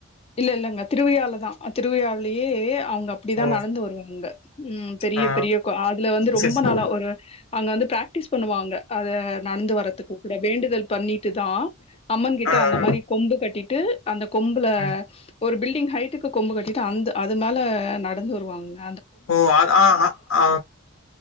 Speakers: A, on the left; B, on the left.
A: இல்ல இல்லங்க திருவிழாலதா திருவிழாவிலயே அவங்க அப்படிதா
B: ஓ
A: நடந்து வருவாங்க ம் பெரிய
B: ஆ
A: பெரிய அதுல வந்து ரொம்ப
B: செரி செரி
A: நாளா ஒரு அங்க வந்து பிராக்டிஸ் பண்ணுவாங்க அத நடந்து வரதுக்கு கூட வேண்டுதல் பண்ணிட்டுதா அம்மன் கிட்ட
B: ஆ
A: அந்த
B: ஆ
A: மாரி கொம்பு கட்டிட்டு அந்த கொம்புல
B: ம்
A: ஒரு பில்டிங் ஹைட்டுக்கு கொம்பு கட்டிட்டு அந்த அது மேலே நடந்து வருவாங்கங்க
B: ஓ ஆ அ ஆ